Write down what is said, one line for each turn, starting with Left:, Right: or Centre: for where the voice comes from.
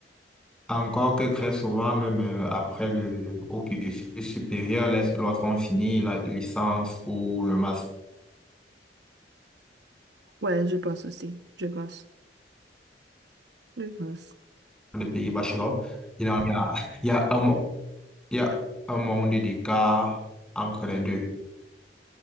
Centre: encore que très souvent, même euh, après le au cursus supérieur, lors- lorsqu'on finit la licence ou le master,
Right: Ouais, je pense aussi. Je pense. Je pense.
Centre: des pays bachelor, il y a, il y a un, mo- il y a un monde d'écart entre les deux.